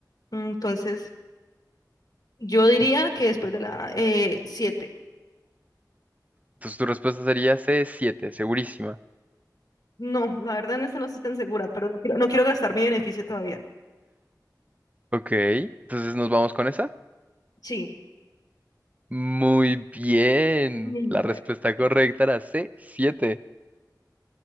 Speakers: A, on the left; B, on the right.
A: Entonces, yo diría que después de la eh, siete.
B: Entonces tu respuesta sería c siete segurísima.
A: No, la verdad en esta no estoy tan segura, pero no quiero, no quiero gastar mi beneficio todavía.
B: Ok, entonces nos vamos con esa.
A: Sí.
B: Muy bien.
A: Mm,
B: La respuesta
A: Bueno,
B: correcta
A: ya.
B: era c siete